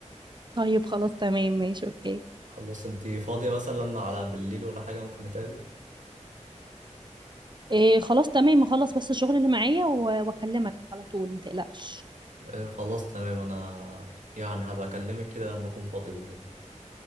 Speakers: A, on the right; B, on the right.
A: طيب خلاص تمام ماشي اوكي
B: خلاص انتي فاضية مثلا على بالليل ولا حاجة ممكن نتقابل
A: إيه خلاص تمام اخلص بس الشغل اللي معايا و- واكلمك على طول متقلقش
B: آه خلاص تمام انا يعني هبقى اكلمك كده لما اكون فاضي بالليل